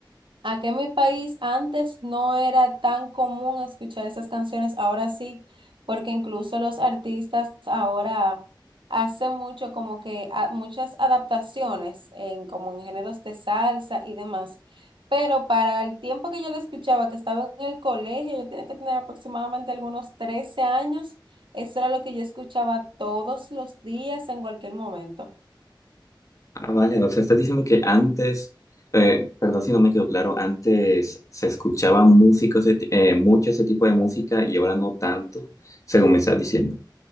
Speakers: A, on the right; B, on the left.
A: Aquí en mi país antes no era tan común escuchar esas canciones, ahora sí, porque incluso los artistas ahora hacen mucho como que a- muchas adaptaciones en como en géneros de salsa y demás. Pero para el tiempo que yo la escuchaba, que estaba en el colegio, yo tenía que tener aproximadamente algunos 13 años, eso era lo que yo escuchaba todos los días en cualquier momento.
B: Ah, vale, o sea, estás diciendo que antes, eh, perdón si no me quedó claro, antes se escuchaba música, ese ti- eh, mucho ese tipo de música y ahora no tanto, según me estás diciendo.